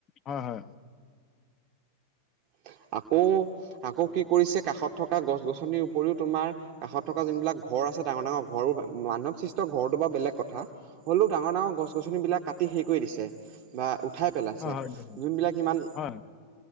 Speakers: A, on the left (about 30°); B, on the right (about 45°).
A: হয় হয়।
B: উ <unintelligible> আকৌ আকৌ কি কৰিছে কাষত থকা গছ গছনিৰ উপৰিও তোমাৰ কাষত থকা যোনবিলাক ঘৰ- তাৰ পাছত ডাঙৰ ডাঙৰ মানৱ সৃষ্টৰ ঘৰটো বেলেগ কথা হ'লেও ডাঙৰ ডাঙৰ গছ গছন বিলাক কাটি শেষ কৰি দিছে বা উঠাই পেলাইছে
A: হয় হয়
B: যোনবিলাক ইমান-
A: হয় হয়